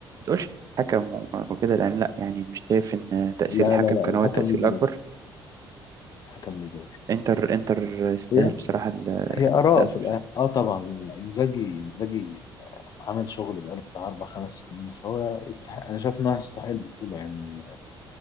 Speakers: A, on the right; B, on the left.
A: تقولش حكم و- وكده لأن لأ يعني مش شايف إن تأثير
B: لا
A: الحكم
B: لا لا
A: كان
B: الحكم
A: هو التأثير
B: ليه دور
A: الأكبر
B: الحكم ليه دور
A: إنتر إنتر استاهل
B: هي
A: بصراحة ال-
B: هي اراء
A: التأهل
B: في الاخر اه طبعا انزاجي انزاجي عمل شغل بقاله بتاع أربع خمس سنين فهو يستحق أنا شايف إن هو يستحق البطولة يعني